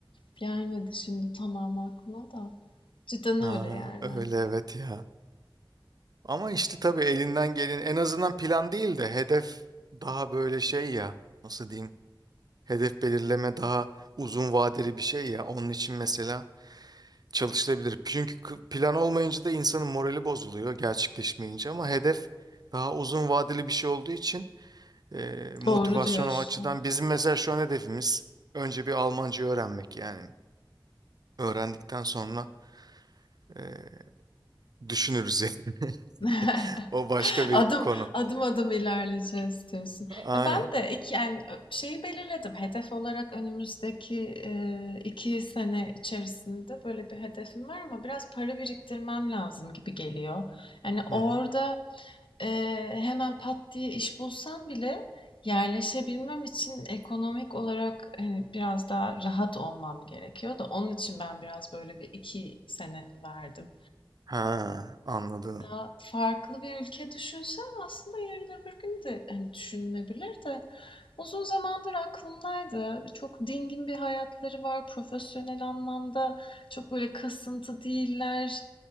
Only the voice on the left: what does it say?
Gelmedi şimdi tamam aklıma da. Cidden
öyle yani.
Doğru diyorsun.
<laughs>
Adım
adım adım ilerleyeceğiz diyorsun.
Ya ben de iki yani şeyi belirledim. Hedef olarak önümüzdeki e, iki sene içerisinde böyle bir hedefim var ama biraz para biriktirmem lazım gibi geliyor. Yani
orada
e, hemen pat diye iş bulsam bile yerleşebilmem için ekonomik olarak hani biraz daha rahat olmam gerekiyor da onun için ben biraz böyle bir iki sene verdim.
Daha farklı bir ülke düşünsem aslında yarın öbür gün de hani düşünülebilir de uzun zamandır aklımdaydı. Çok dingin bir hayatları var. Profesyonel anlamda çok böyle kasıntı değiller.